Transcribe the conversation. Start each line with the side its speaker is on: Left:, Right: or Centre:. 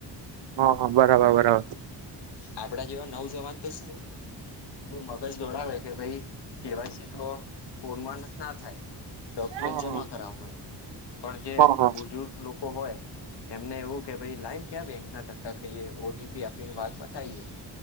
Right: હ હ બરાબર
Left: અને
Right: બરાબર
Left: આપડા જેવા નવ જવાન તો શું એવુ મગજ દોડાવે કે ભાઈ કેવાયસી તો ફોનમાં ન થાય ડોક્યુમેન્ટ
Right: હા
Left: જમા
Right: હા
Left: કરાવું પડે પણ જે
Right: હા હા
Left: બુજુર્ગ લોકો હોય એમને એવું કે ભાઈ લાઈન ક્યાં બેંક ના ધક્કા ખાઈએ ઓટી આપી વાત પતાય